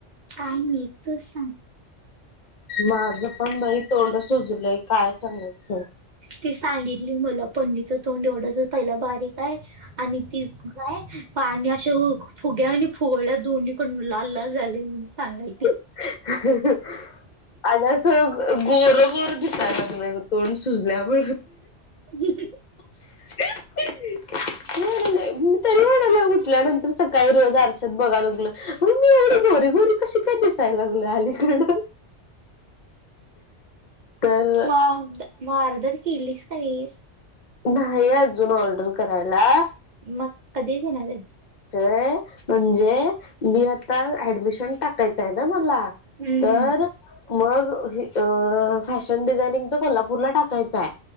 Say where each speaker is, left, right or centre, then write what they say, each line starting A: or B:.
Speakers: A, on the right; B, on the left.
A: काही नाही तूच सांग?
B: माझ पण बाई तोंड सुजलंय काय सांगायचं.
A: ती सांगितली मला पणनीचं तोंड एवढंच पहिला बारीक आहे आणि ती काय पाण्याचं <unintelligible> फुग्या आणि फुगळ्या दोन्हीकडून लाल लाल झालय म्हणून सांगालती.
B: <inaudible> आल्यावर सगळं गोरं, गोरं दिसायला लागलय गं तोंड सुजल्यावर.
A: <inaudible>
B: <unintelligible> तरी म्हणालोय उठल्यानंतर सकाळी रोज आरशात बघाय लागल म एवढी गोरी गोरी कशी पण दिसाय लागलोय अलीकड? तर
A: मग ऑर्डर केलीस <unintelligible>
B: नाही अजून ऑर्डर करायला
A: मग कधी देणार हाईस?
B: ते म्हणजे मी आता ऍडमिशन टाकायचं आहे ना मला
A: हम्म
B: तर
A: हम्म
B: मग अ-फॅशन डिझायनिंगच कोल्हापूरला टाकायचं आहे